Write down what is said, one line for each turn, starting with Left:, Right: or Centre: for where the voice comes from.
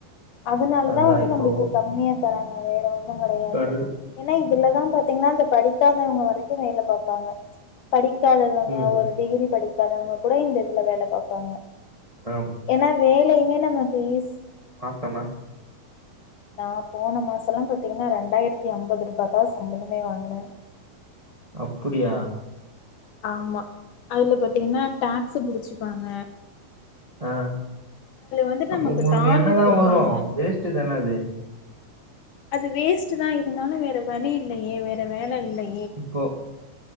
Left: அதுனாலதா
Right: அதான்
Left: வந்து
Right: இப்போ
Left: நம்மளுக்கு கம்மியா தராங்க வேற ஒன்னு கிடையாது
Right: கரு
Left: ஏன்னா இதுலதா பாத்தீங்கன்னா இந்த படிக்காதவங்க வரைக்கு வேல பாப்பாங்க படி படிக்காதவங்க
Right: ம்
Left: ஒரு
Right: ம்.
Left: டிகிரி படிக்காதவங்க கூட இந்த இதுல வேல பாப்பாங்க
Right: ஆம்.
Left: ஏன்னா வேலையுமே நமக்கு ஈஸ்
Right: மாசோ ன்னா
Left: நா போன மாசல்லா பாத்தீங்கன்னா ரெண்டாயிரத்தி அம்பது ருபா தா சம்பளமே வாங்கன
Right: அப்புடியா
Left: ஆமா அதுல பாத்தீங்கன்னா டாக்ஸ் புடிச்சிப்பாங்க
Right: ஆ
Left: வந்துட்டு
Right: அப்போ
Left: நமக்கு
Right: உங்களுக்கு
Left: டார்கெட்
Right: என்னதா
Left: குடுப்பாங்க
Right: வரு வேஸ்ட்டு தான அது
Left: அது வேஸ்ட் தா இருந்தாலு வேற வழி இல்லையே வேற வேல இல்லை
Right: இப்போ